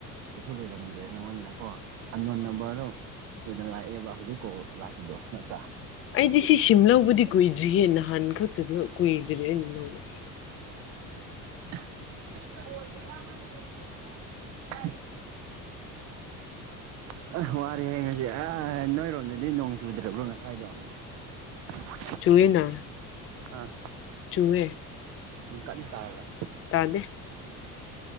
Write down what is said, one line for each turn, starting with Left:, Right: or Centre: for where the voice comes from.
Right: ꯀꯩꯁꯨ ꯂꯩꯔꯝꯗꯦ ꯅ ꯃꯣꯏꯅ ꯀꯣ ꯑꯗꯣꯟ ꯅꯝꯕꯔꯣ ꯀꯨꯣꯏꯅ ꯂꯥꯛꯑꯦꯕ ꯍꯧꯖꯤꯛꯀꯥꯎ ꯂꯥꯛꯄꯗꯣ ꯅꯠꯇ꯭ꯔꯥ
Left: ꯑꯩꯗꯤ ꯁꯤ ꯁꯤꯝ ꯂꯧꯕꯗꯤ ꯀꯨꯏꯗ꯭ꯔꯤꯌꯦꯦ ꯅꯍꯥꯟ ꯈꯛꯇ ꯀꯨꯏꯗ꯭ꯔꯦ ꯑꯩꯅ ꯂꯧꯕ
Right: ꯃ ꯀꯩ ꯀ ꯑ ꯋꯥꯔꯤꯔꯦ ꯍꯌꯦ ꯉꯁꯤ ꯑ ꯅꯣꯏꯔꯣꯝꯗꯗꯤ ꯅꯣꯡ ꯆꯨꯗ꯭ꯔꯕ꯭ꯔꯣ ꯉꯁꯥꯏꯗꯣ <unintelligible>
Left: ꯆꯨꯏꯅ
Right: ꯑ
Left: ꯆꯨꯋꯦ
Right: ꯅꯪ ꯀꯠꯅ ꯇꯥꯔꯒ
Left: ꯇꯥꯗꯦ